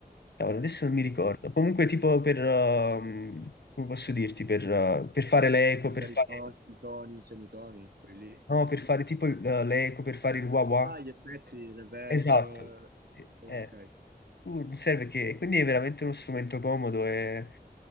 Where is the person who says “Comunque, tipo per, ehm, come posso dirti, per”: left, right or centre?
Left